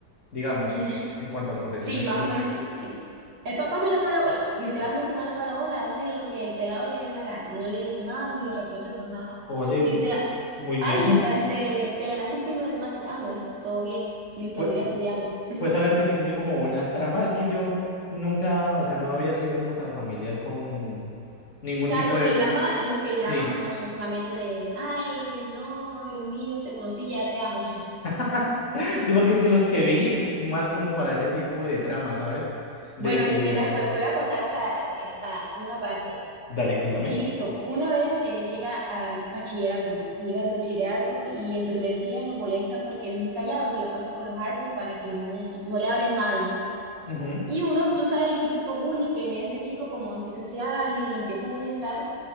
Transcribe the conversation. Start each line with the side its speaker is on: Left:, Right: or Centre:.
Left: digamos,
Right: Ujú.
Left: en cuanto a profesiones
Right: Sí, más
Left: y eso.
Right: o menos sí, sí. El papá no le para bola, literalmente
Left: O-
Right: no le para bola, hace lo que el pelado le dé la gana, no le dice nada ni lo reprocha por nada.
Left: oye, m-
Right: Le dice,
Left: muy
Right: ay,
Left: bien. <laughs>
Right: este, te ganaste un premio de matemática, ah, bueno, todo bien, listo,
Left: Pues,
Right: sigue estudiando. O
Left: pues sabes que sí tiene como buena trama, es que yo nunca, o sea, no había sido como tan familiar con ningún
Right: sea,
Left: tipo
Right: los
Left: de
Right: K-dramas, los K-dramas
Left: Sí.
Right: no son solamente de, ay, no, Dios mío, te conocí, ya te amo.
Left: <laughs> Sí, porque es que los que vi es más como para ese tipo de trama, ¿sabes? De
Right: Bueno,
Left: que...
Right: en general, bueno, te voy a contar hasta, hasta una parte.
Left: Dale, cuéntame.
Right: Y listo, una vez eh, llega al bachillerato, no, llega al bachillerato y el primer día lo molestan porque él es muy callado, se la pasa con los hartos para que no, no le hablen nadie, ¿no?
Left: Ujú.
Right: Y uno, tú sabes, el típico bully que ve a ese chico como antisocial y lo empieza a molestar.